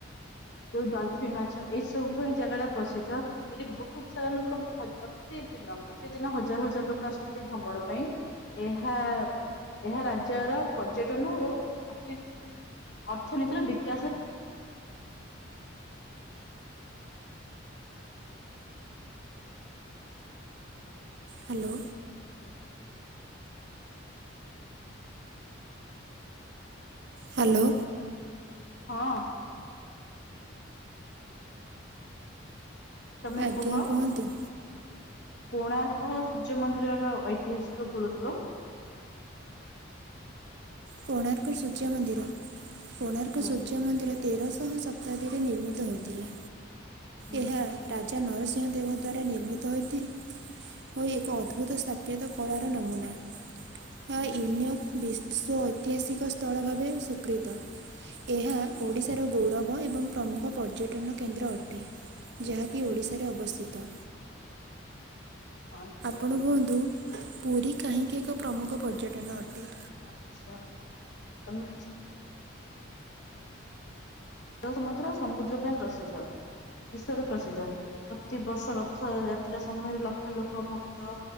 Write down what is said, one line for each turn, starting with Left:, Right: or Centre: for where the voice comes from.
Left: ଯୋଉ ଡଲଫିନ୍ ମାଛ ଏଇ ସବୁ ପାଇଁ ଜାଗା ଟା ପ୍ରସିଦ୍ଧ। ଏଠି ବହୁତ ସାରା ଲୋକ ପ୍ରତିଦିନ ପ୍ରତିଦିନ ହଜାର ହଜାର ଲୋକ ଆସନ୍ତି ଏଠି ଭ୍ରମଣ ପାଇଁ। ଏହା ଏହା ରାଜ୍ୟର ପର୍ଯ୍ୟଟନ ଓ ଅତି ଅର୍ଥନୀତିର ବିକାଶ
Right: ହ୍ୟାଲୋ। ହ୍ୟାଲୋ।
Left: ହଁ। ତମେ
Right: ଆଜ୍ଞା
Left: କୁହ
Right: କୁହନ୍ତୁ?
Left: କୋଣାର୍କ ସୂର୍ଯ୍ୟ ମନ୍ଦିରର ଐତିହାସିକ ଗୁରୁତ୍ଵ।
Right: କୋଣାର୍କ ସୂର୍ଯ୍ୟ ମନ୍ଦିର କୋଣାର୍କ
Left: ହୁଁ
Right: ସୁଯ୍ୟ ର୍ଯ୍ୟ ମନ୍ଦିର ତେରଶହ ଶତାବ୍ଦୀରେ ନିର୍ମିତ ହୋଇଥିଲା
Left: ହୁଁ
Right: ଏହା ରାଜା ନରସିଂହ ଦେବ ଦ୍ଵାରା ନିର୍ମିତ ହୋଇଥାଏ ହୋଇ ଏକ ଅଦ୍ଭୁତ ସ୍ଥାପ ଏଇତ କଳାର ନମୁନା ହ
Left: ହୁଁ
Right: ୟୁ ନିଅକ୍ ବିଶ୍ଵ ଐ ଐତିହାସିକ ସ୍ଥଳ ଭାବେ ସ୍ୱୀକୃତ। ଏହା ଓଡ଼ିଶାର ଗୌରବ ଏବଂ ପ୍ରମୁଖ ପର୍ଯ୍ୟଟନ କେନ୍ଦ୍ର ଅଟେ। ଯାହାକି ଓଡ଼ିଶାରେ ଅବସ୍ଥିତ।
Left: ହଁ
Right: ଆପଣ କୁହନ୍ତୁ ପୁରୀ କାହିଁକି ଏକ ପ୍ରମୁଖ ପର୍ଯ୍ୟଟନ ଅଟେ?
Left: ଆଛା ତମେ ଜଳ ସମୁଦ୍ର ସମୁଦ୍ର ପାଇଁ ପ୍ରସିଦ୍ଧ। ବିଶ୍ଵର ପ୍ରସିଦ୍ଧ ପ୍ରତିବର୍ଷ ରଥ ଯାତ୍ରା ସମୟରେ ଲକ୍ଷ ଲୋକ ଭକ୍ତ